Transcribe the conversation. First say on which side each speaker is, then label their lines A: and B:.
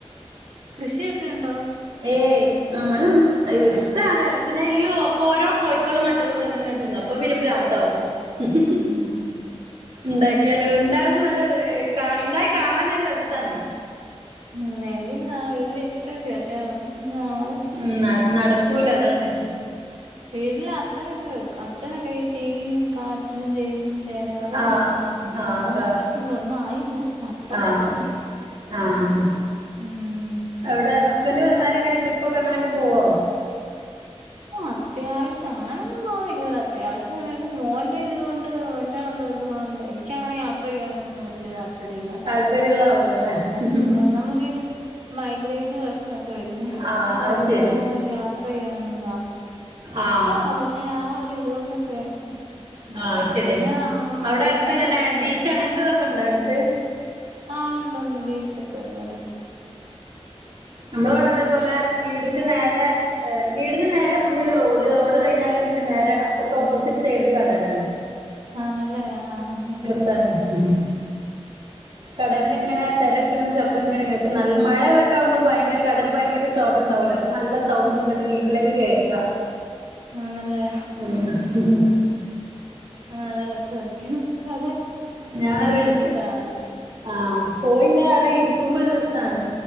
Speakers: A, on the right; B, on the right.
A: കൃഷിയൊക്കെണ്ടോ?
B: ഏയ് അങ്ങനൊന്നു ഇഷ്ടാണ് ശെന്നെല്ലോ അപ്പൊരോ കോയിക്കളും മറ്റതും വന്നങ്ങനെ തിന്നു അപ്പൊ പിന്നെ പ്രാന്താവും ഉംഹ്
A: ഉം
B: ഇണ്ടാക്കിയാലോ ഇണ്ടാക്കുമ്പോ നല്ല ര കാ ഇണ്ടായി കാണാനൊരു രസാണ്
A: ഉം എനക്ക വല്യഷ്ടക്കെ ശെ ഒന്നാവ
B: ഉം ന്ന നടക്കൂല അതാണ്
A: വീട്ടിൽ അച്ഛനൊക്കെ അച്ഛനൊക്കെ ഈ ചീനീം കാച്ചില് ചേമ്പും ചേനകളൊക്കെ
B: ആഹ്
A: നടും
B: ആഹ്
A: നട്ടിട്ടുണ്ട് ഒന്നും ആയില്ല നട്ടട്ടൊക്കെ
B: ആഹ്
A: ഇണ്ട്
B: ആഹ്
A: ഉം
B: അവിടെ ഹസ്ബന്റ് വന്നാലങ്ങനെ ട്രിപ്പൊക്കെങ്ങനൊക്കെ പോകോ
A: <unintelligible> ഓ അത്യാവശ്യങ്ങനെയൊന്നും പോന്നിക്കുന്നല്ല അത്യാവശ്യവിടെലും മോൻ്റെ ഇത് കൊണ്ട് <unintelligible> കൊണ്ട് എനിക്കങ്ങനെ യാത്രചെയ്യാനൊന്നും വലിയ താൽപര്യല്ല
B: താൽപര്യുള്ള ആളല്ലല്ലേ ഹ്മ്മ്
A: നമക്കില്ലേ മൈഗ്രൈന്റെ പ്രശ്നൊക്കെ വെര്ന്നാ
B: ആഹ്
A: അപ്പൊ
B: അത്
A: അതുകൊണ്ടങ്ങനെ
B: ശരി
A: യാത്ര യാത്രയ്യെനൊന്നു വാ ഇഷ്ടവാ
B: ആഹ്
A: പശെ ആ ഒ ഒരു ഇതുകൊണ്ടൊക്കെ ഉം
B: ആഹ് അത് ശരിയാ
A: പിന്നെ
B: അവിടെ
A: അമ്പലങ്ങളലൊക്കെ
B: അടുത്തെങ്ങനെ
A: ഇങ്ങനെ
B: ബീച്ച്
A: പോ
B: അങ്ങനത്തെതൊക്കെ ഉണ്ടോ അടുത്ത്
A: ആഹ് ഉണ്ടണ്ട് ബീച്ചൊക്കെ ഉണ്ട് അടുത്ത്
B: നമ്മളവിടെ അതേപോലെ വീടിന്റെ നേരെ വീടിന്റെ നേരെ മുന്നിലൊരു റോഡ് റോഡ് കയിഞ്ഞാല് പിന്നെ നേരെ അപ്പുറത്തൊപ്പോസിറ്റ് സൈഡില് കടേലാണ്
A: ആണല്ലേ ആഹ് ഹാ
B: തന്നെ ഉം ഹ് കടൽനിങ്ങനെ തെരടിക്കന്ന ശബ്ദങ്ങനെ കേ നല്ല മഴയതൊക്കെ ആവുമ്പോ ഭയങ്കര കടല് ഭയങ്കര ശോഭണ്ടാവൂല അപ്പൊ നല്ല സൗണ്ട് ഇങ്ങട് വീട്ടിലേക്ക് കേക്ക
A: ആന്നല്ലേ
B: ഉം ഹ്‌ഹും
A: നല്ല രസായിരിക്കും കടൽ
B: ഞാൻ
A: എനിക്കിഷ്ടങ്ങനെ
B: ഒരു എടക്ക് ആഹ് പോയിങ്ങന അവിടെ ഇരിക്കുമ്പോരു രസാണ്